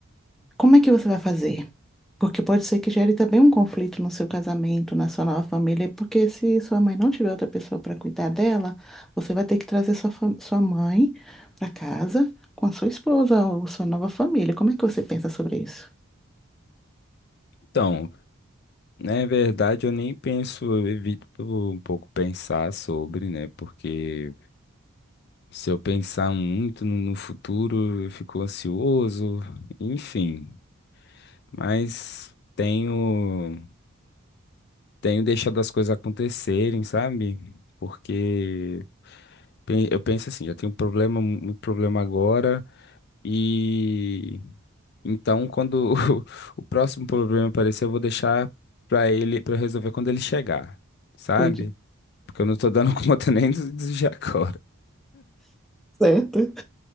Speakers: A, in the centre; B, on the left.
A: como é que você vai fazer? Porque pode ser que gere também um conflito no seu casamento, na sua nova família, porque se sua mãe não tiver outra pessoa para cuidar dela, você vai ter que trazer sua, fam- sua mãe para casa com a sua esposa ou sua nova família. Como é que você pensa sobre isso?
B: Então, na verdade, eu nem penso, eu evito um pouco pensar sobre, né? Porque se eu pensar muito no, no futuro, eu fico ansioso, enfim. Mas tenho, tenho deixado as coisas acontecerem, sabe? Porque Pen- Eu penso assim, já tenho um problema, um um problema agora e então quando <laughs> o, o próximo problema aparecer, eu vou deixar pra ele para resolver quando ele chegar, sabe?
A: Acredito.
B: Porque eu não tô dando <laughs> conta nem dos dos de agora.
A: Certo.